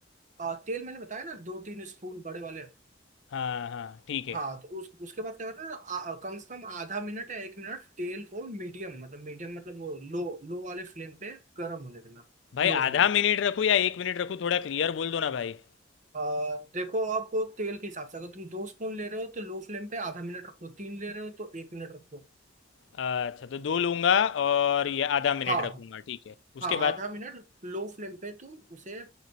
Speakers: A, on the right; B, on the left.
A: आ, तेल मैंने बताया ना दो तीन स्पून बड़े वाले
B: हाँ हाँ ठीक है
A: हाँ तो उस उसके बाद क्या करना ना आ- कम से कम आधा मिनट या एक मिनट तेल को मीडियम मतलब मीडियम मतलब वो लो लो वाले फ्लेम पे गर्म होने देना
B: भाई
A: लो
B: आधा
A: फ्लेम
B: मिनट
A: पे
B: रखूँ या एक मिनट रखूँ थोड़ा क्लियर बोल दो ना भाई
A: आ, देखो आप तेल के हिसाब से अगर तुम दो स्पून ले रहे हो तो लो फ्लेम पे आधा मिनट रखो तीन ले रहे हो तो एक मिनट रखो
B: अच्छा तो दो लूँगा और ये आधा मिनट
A: हाँ
B: रखूँगा ठीक है
A: हाँ
B: उसके बाद
A: आधा मिनट लो फ्लेम पे तुम उसे आ,